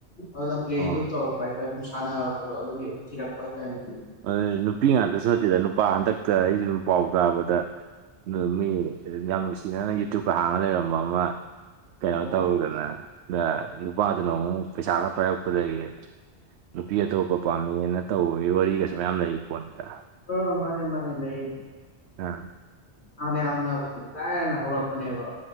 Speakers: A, on the left; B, on the right.
A: ꯑꯗꯨꯅ ꯄ꯭ꯂꯦ
B: ꯑꯣ
A: ꯑꯗꯨꯝ ꯇꯧꯔꯛꯄ ꯍꯥꯏꯇꯥꯔꯦ ꯁꯨꯝ ꯁꯥꯟꯅꯔꯛꯄꯗꯣ ꯑꯗꯨꯒꯤ ꯀꯤꯔꯛꯄ ꯍꯥꯏꯇꯥꯔꯦ ꯅꯨꯄꯤꯗꯣ
B: ꯑꯗꯨ ꯅꯨꯄꯤ ꯉꯥꯛꯇꯁꯨ ꯅꯠꯇꯦꯗ ꯅꯨꯄꯥ ꯍꯟꯗꯛꯇ ꯑꯩꯁꯨꯨꯝ ꯄꯥꯎ ꯇꯥꯕꯗ ꯃꯤ ꯑꯗꯨꯝ ꯌꯥꯝ ꯅꯨꯡꯁꯤꯅꯅ ꯌꯨꯇ꯭ꯌꯨꯕꯀ ꯍꯥꯡꯉ ꯂꯩꯔꯝꯕ ꯑꯃ ꯀꯩꯅꯣ
A: ꯑꯣ
B: ꯇꯧꯗꯅ ꯅꯨꯄꯥꯗꯨꯅ ꯑꯃꯨꯛ ꯄꯩꯁꯥ ꯈꯔ ꯄꯥꯏꯔꯛꯄꯗꯒꯤ ꯅꯨꯄꯤ ꯑꯇꯣꯞꯄ ꯄꯥꯝꯃꯦꯅ ꯇꯧꯕꯒꯤ ꯋꯥꯔꯤꯒꯁꯨ ꯃꯌꯥꯝ ꯂꯩꯔꯤꯄꯣꯠꯅꯤꯗ
A: ꯑ ꯃꯥꯅꯦ ꯃꯥꯅꯦ ꯂꯩꯅꯦ
B: ꯑꯥ
A: ꯍꯟꯅꯥ ꯌꯥꯝꯅ ꯂꯥꯏꯔꯅ ꯍꯧꯔꯛꯄꯅꯦꯕ